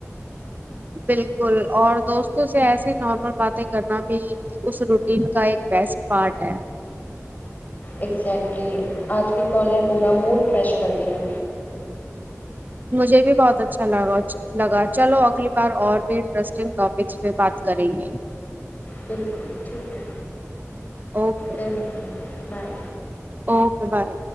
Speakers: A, on the right; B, on the left.
A: بالکل اور دوستوں سے ایسی نارمل باتیں کرنا بھی اس روٹین کا ایک بیسٹ پارٹ ہے
B: اگزیکٹلی آج کی کال نے پورا موڈ فریش کر دیا
A: مجھے بھی بہت اچھا لگا لگا چلو اگلی بار اور بھی انٹرسٹنگ ٹاپ کس پے بات کریں گے
B: بالکل ٹھیک ہے
A: اوکے
B: پھر ملتے ہیں بائے
A: اوکے بائے